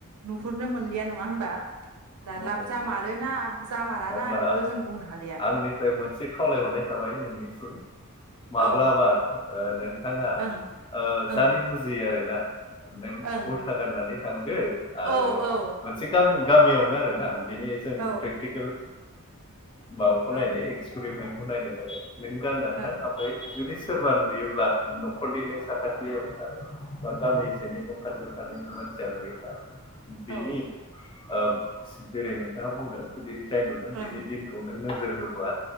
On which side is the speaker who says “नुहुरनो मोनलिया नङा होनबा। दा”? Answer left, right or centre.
Right